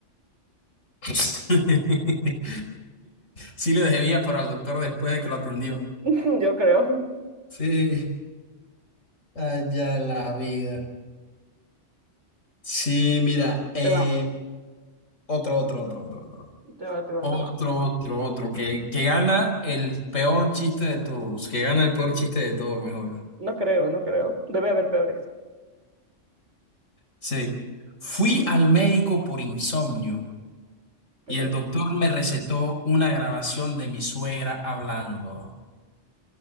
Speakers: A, on the left; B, on the right.
A: <laughs> Sí le debía, pero al doctor después de que lo atendió.
B: <laughs> Yo creo.
A: Sí, allá la vida. Sí, mira, eh,
B: Te va,
A: otro, otro, otro, otro, otro.
B: te va, te
A: Otro,
B: va, te va.
A: otro, otro, que, que gana el peor chiste de todos, que gana el peor chiste de todos, mejor.
B: No creo, no creo. Debe haber peores.
A: Sí. Fui al médico por insomnio y
B: okay
A: el doctor me recetó una grabación de mi suegra hablando.